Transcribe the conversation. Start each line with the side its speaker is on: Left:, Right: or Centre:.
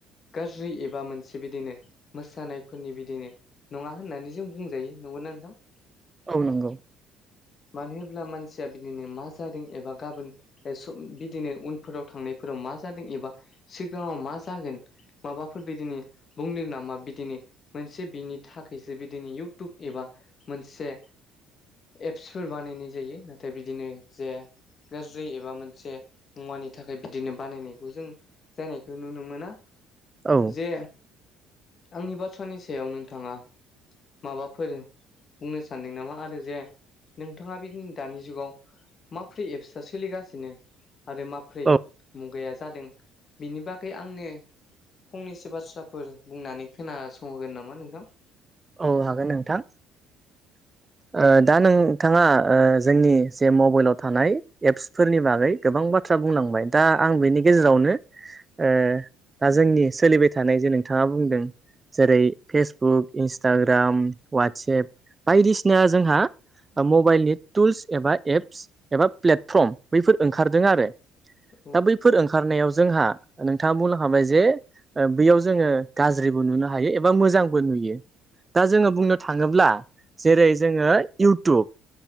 Left: गाज्रि एबा मोनसे बिदिनो मोसानायफोरनि बिदिनो नङा होननानै जों बुंजायो नंगौना नोंथां?
Right: औ नंगौ
Left: मानो होनब्ला मानसिया बिदिनो मा जादों एबा गाबोन बिदिनो उनफोराव थांनायफोराव मा जादों एबा सिगाङाव मा जागोन माबाफोर बिदिनि बुंदों नामा बिदिनि मोनसे बिनि थाखायसो बिदिनो इउटुब एबा मोनसे एप्सफोर बानायनाय जायो। नाथाय बिदिनो जेया गाज्रि एबा मोनसे मुवानि थाखाय बिदिनो बानायनायखौ जों जानायखौ नुनो मोना।
Right: औ
Left: जे आंनि बाथ्रानि सायाव नोंथाङा माबाफोर बुंनो सानदों नामा आरो जे नोंथाङा बिदि दानि जुगाव माब्रै एप्स सोलिगासिनो? आरो माब्रै
Right: औ
Left: मुगाया जादों बिनि बागै आंनो फंनैसो बाथ्राफोर बुंनानै खोनासंहोगोन नामा नोंथां?
Right: औ हागोन नोंथां ओ दा नोंथाङा ओ जोंनि जे मबाइलाव थानाय एपस फोरनि बागै गोबां बाथ्रा बुंलांबाय दा आं बेनि गेजेरावनो ओ दा जोंनि सोलिबाय थानाय जे नोंथाङा बुंदों जेरै फेसबुक इन्सटाग्राम वाट्सेप बायदिसिना जोंहा मबाइलनि टुल्स एबा एप्स एबा प्लेटफर्म बैफोर ओंखारदों आरो। दा
Left: औ
Right: बैफोर ओंखारनायाव जोंहा नोंथाङा बुंलां खाबाय जे बैयाव जोङो गाज्रिबो नुनो हायो एबा मोजांबो नुयो। दा जोङो बुंनो थाङोब्ला जेरै जोङो इउटुब